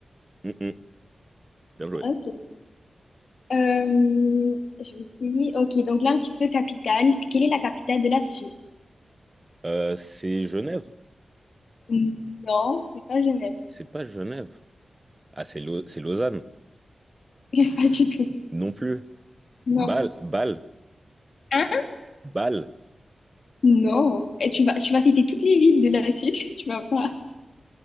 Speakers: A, on the right (about 20°); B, on the left (about 65°).
A: Mhm. Bien joué.
B: Ok. Euh, je vais essayer. Ok, donc là, un petit peu capitale. Quelle est la capitale de la Suisse?
A: Euh, c'est Genève.
B: Hmm. Non, c'est pas Genève.
A: C'est pas Genève. Ah, c'est Lau- c'est Lausanne.
B: <laughs> Pas du tout.
A: Non plus.
B: Non.
A: Bâle, Bâle,
B: Hein?
A: Bâle.
B: Non. Et tu vas, tu vas citer toutes les villes de la Suisse. <laughs> Tu vas pas.